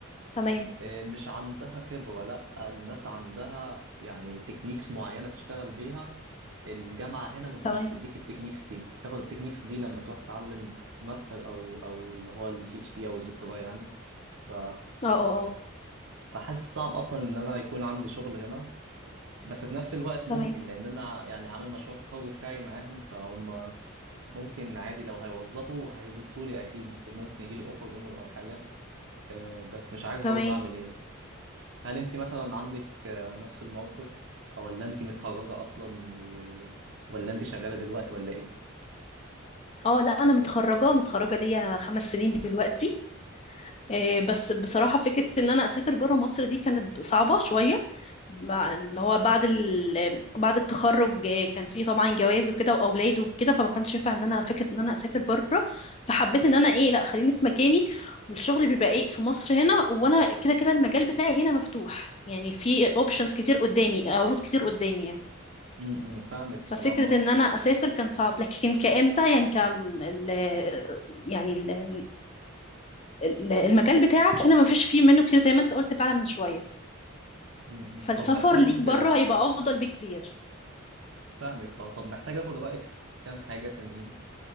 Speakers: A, on the left; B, on the right.
A: تمام
B: إيه، مش عندها خبرة لا الناس عندها يعني تكنيكس معينة بتشتغل بيها الجامعه هنا ما-
A: تمام
B: مش بتديك التكنيكس دي تاخد التكنيكس دي لما تروح تتعلم ماستر او او اللي هو البي اتش دي او الدكتوراه يعني ف
A: اه اه اه
B: فحاسس صعب اصلا ان انا يكون عندي شغل هنا بس في نفس الوقت
A: تمام
B: ممكن لان انا يعني عامل مشروع التخرج بتاعي معاهم فهم ممكن عادي لو هيوظفوا هيبصوا لي اكيد ممكن يجي لي اوفر منهم او حاجه آه، بس مش عارف برضه
A: تمام
B: اعمل ايه هل انت مثلا عندك آه، نفس الموقف ولا انت متخرجه اصلا و... ولا انت شغاله دلوقتي ولا ايه
A: اه لا انا متخرجه متخرجه ليا خمس سنين دلوقتي إيه، بس بصراحه فكره ان انا اسافر بره مصر دي كانت صعبه شويه مع- اللي هو بعد ال... بعد التخرج إيه، كان في طبعا جواز وكده واولاد وكده فما كانش ينفع ان انا فكره ان انا اسافر بره فحبيت ان انا ايه لا خليني في مكاني والشغل بيبقى ايه في مصر هنا وانا كده كده المجال بتاعي هنا مفتوح يعني في اوبشنز كتير قدامي عروض كتير قدامي يعني
B: م- م، فاهمك بصراحة
A: ففكرة ان انا اسافر كان صعب لكن كأنت يعني ك ال... يعني ال... ال- المجال بتاعك هنا ما فيش فيه منه كتير زي ما انت قلت فعلا من شوية
B: م-
A: فالسفر
B: م. طب محتاج
A: ليك بره هيبقى افضل بكتير
B: فاهمك اه طب محتاج اخد رأيك في كام حاجة تانيين